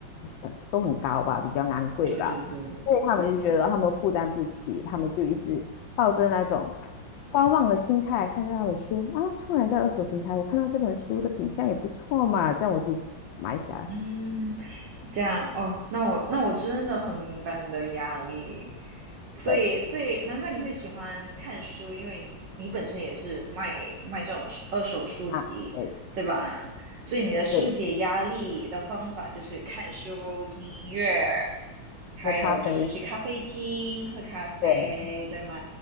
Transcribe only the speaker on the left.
呃都很高吧，比较昂贵吧，
所以他们就觉得他们负担不起，他们就一直抱着那种观望的心态看着那本书啊，突然在二手平台我看到这本书的品相也不错嘛，这样我就买起来。
对
啊，对
对，
喝咖啡，对，